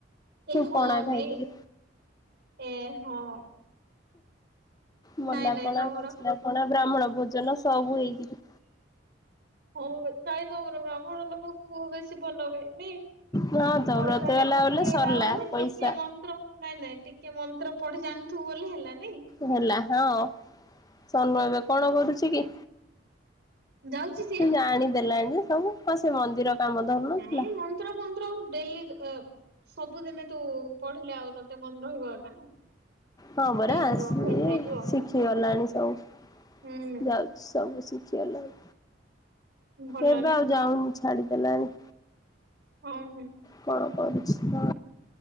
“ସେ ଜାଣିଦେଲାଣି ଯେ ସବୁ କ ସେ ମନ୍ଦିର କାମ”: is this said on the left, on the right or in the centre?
Left